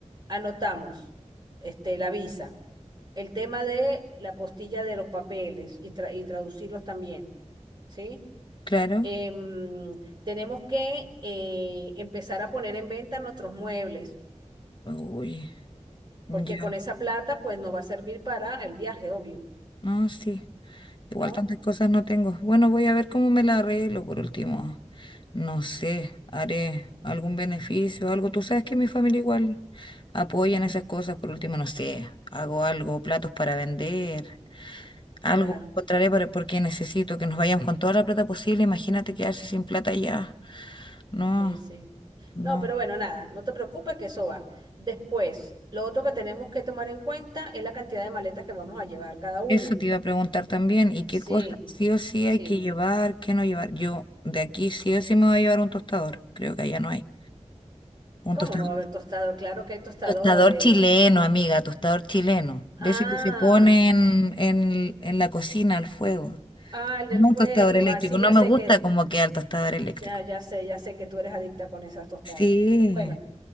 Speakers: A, on the right; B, on the left.
A: anotamos este, la visa, el tema de la postilla de los papeles y, tra- y traducirlos también, ¿sí?
B: claro.
A: Em, tenemos que eh, empezar a poner en venta nuestros muebles,
B: Uy, ya,
A: porque con esa plata, pues nos va a servir para el viaje, obvio,
B: no, sí. Igual
A: ¿no?
B: tantas cosas no tengo. Bueno, voy a ver cómo me la arreglo por último. No sé, haré algún beneficio, algo. Tú sabes que mi familia igual apoya en esas cosas. Por último, no sé, hago algo, platos para vender. Algo
A: Claro.
B: encontraré para- porque necesito que nos vayamos con toda la plata posible. Imagínate quedarse sin plata ya. No,
A: Sí, sí.
B: no.
A: No, pero bueno, nada, no te preocupes que eso va. Después, lo otro que tenemos que tomar en cuenta es la cantidad de maletas que vamos a llevar cada una.
B: Eso te iba a preguntar también. ¿Y
A: Sí,
B: qué cosas sí o sí
A: sí.
B: hay que llevar, qué no llevar? Yo de aquí sí o sí me voy a llevar un tostador. Creo que allá no hay. Un
A: ¿Cómo
B: tostador.
A: no va a haber tostador? Claro que hay tostadores,
B: Tostador chileno,
A: imagínate.
B: amiga, tostador chileno.
A: Ah,
B: De ese que se pone en, en, en la cocina al fuego.
A: ah, el del
B: No
A: fuego.
B: un tostador eléctrico.
A: Ah, sí,
B: No
A: ya
B: me
A: sé
B: gusta
A: que,
B: como queda el tostador eléctrico.
A: ya, ya sé, ya sé que tú eres adicta con esas tostadas.
B: Sí.
A: Bueno,